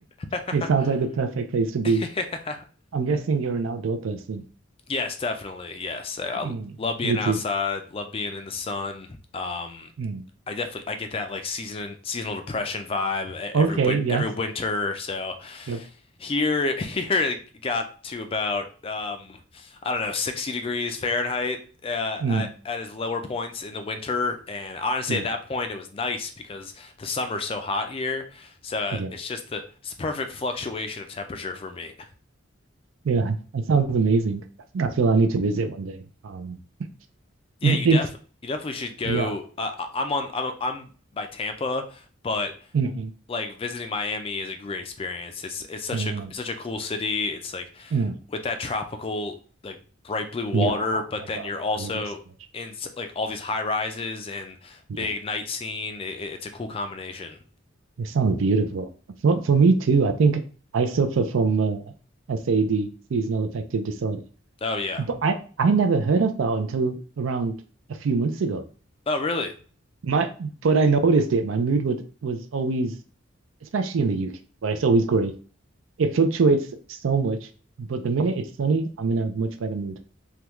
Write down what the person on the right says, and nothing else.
It sounds like the perfect place to be.
I'm guessing you're an outdoor person.
Mm,
Me too.
mm.
Okay.
Yes.
Yep.
Mm.
Yeah.
Yeah.
Yeah. <laughs> That sounds amazing. I feel I need to visit one day. Um,
m-
it's
yeah.
Mm-hmm.
Mm-hmm.
Mm.
Yeah. Oh
my
God.
I love it so much.
Yeah.
It sounds beautiful. For for me too. I think I suffer from uh, SAD, seasonal affective disorder.
But I, I never heard of that until around a few months ago.
My, but I noticed it. My mood would was always, especially in the UK, where it's always grey. It fluctuates so much, but the minute it's sunny, I'm in a much better mood.